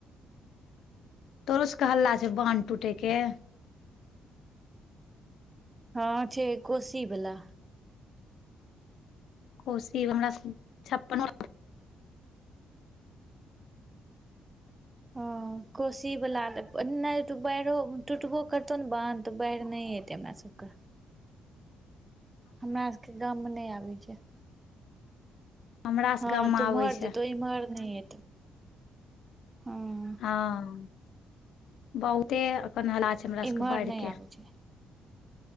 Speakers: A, on the left; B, on the right.
A: तोरो सके हल्ला छै बांध टूटे के
B: हँ छै कोसी बला
A: कोसी हमरा सब छप्पना
B: ओ कोसी बला त बारो त त <unintelligible> कटतो न बांध त बाढ़ि नहि एतै हमरा सबके हमरा सबके गाम मे नहि आबै छै
A: हमरा सबके
B: हँ
A: गाम मे
B: तू
A: आबै
B: मोइर
A: छै
B: जेतो ईमहर नहि हँ
A: हँ बहुते अखन हल्ला छै हमरा
B: इम्हर
A: सबके बाढ़
B: नहि
A: के
B: आबै छै